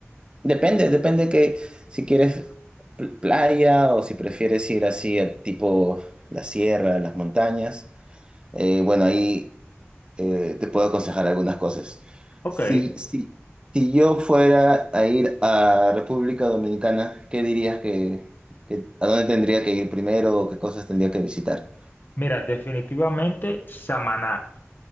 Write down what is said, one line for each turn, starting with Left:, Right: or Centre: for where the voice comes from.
Right: Depende, depende que si quieres pl- playa o si prefieres ir así a tipo la sierra, las montañas. Eh, bueno, ahí eh, te puedo aconsejar algunas cosas.
Left: Ok.
Right: Si, si, si yo fuera a ir a República Dominicana, ¿qué dirías que, que- a dónde tendría que ir primero o qué cosas tendría que visitar?
Left: Mira, definitivamente Samaná.